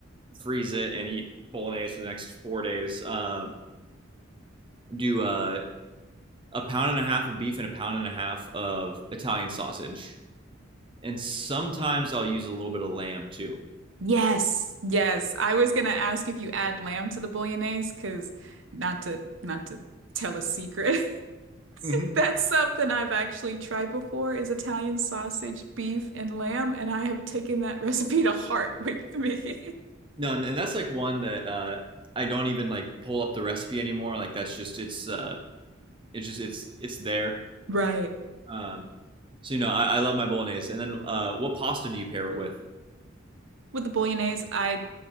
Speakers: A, on the right (about 25°); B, on the right (about 70°).
A: freeze it and eat bolognese for the next four days. Uh, do uh, a pound and a half of beef and a pound and a half of Italian sausage and sometimes I'll use a little bit of lamb too.
B: Yes. Yes. I was gonna ask if you add lamb to the bolognese, because not to not to tell a secret. <laughs>
A: Mm-hmm.
B: That's something I've actually tried before is Italian sausage, beef, and lamb, and I have taken that recipe to heart with me.
A: No, and, and that's like one that uh, I don't even like pull up the recipe anymore. Like that's just it's uh, it's just it's it's there.
B: <laughs> Right.
A: Um, so you know, I, I love my bolognese. And then uh, what pasta do you pair it with?
B: With the bolognese, I